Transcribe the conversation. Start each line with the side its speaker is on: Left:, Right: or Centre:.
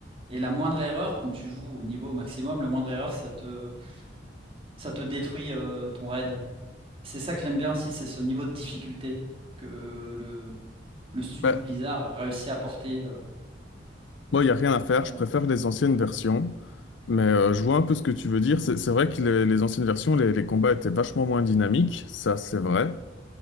Right: Et la moindre erreur, quand tu joues au niveau maximum, la moindre erreur, ça te, ça te détruit euh, ton raid. C'est ça que j'aime bien aussi, c'est ce niveau de difficulté que le, le studio
Left: Bah,
Right: Blizzard a réussi à porter. euh.
Left: Bon, il n'y a rien à faire,
Right: Ouais,
Left: je préfère les anciennes versions, mais euh, je vois un peu ce que tu veux dire. C'est c'est vrai que les, les anciennes versions, les, les combats étaient vachement moins dynamiques, ça c'est vrai,